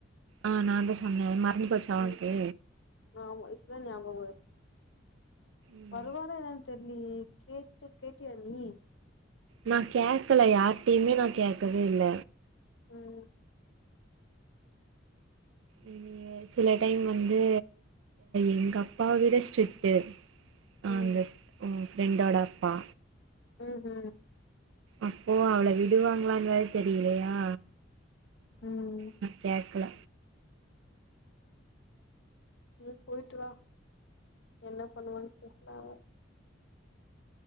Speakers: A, on the right; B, on the left.
A: ஆ நா தா சொன்னே மறந்து போச்சா ஒனக்கு
B: ம் ஆமா இப்பதா ஞாபகம் வருது
A: ம்
B: வருவாரா என்னன் தெர்லியே கேட்டு கேட்டியா நீ
A: நா கேக்கல யார்டையுமே நா கேக்கவே இல்ல
B: ம்
A: இல்லியே சில டைம் வந்து எங்க அப்பாவ விட ஸ்ட்ரிட்டு
B: ம்
A: அந்த ம் ஃப்ரெண்டோட அப்பா
B: ம் ஹூ
A: அப்போ அவள விடுவாங்ளான் வேற தெரிலயா
B: ம்
A: நா கேக்கல
B: நீ போயிட்டு வா என்ன பண்ணுவான் தெர்ல அவே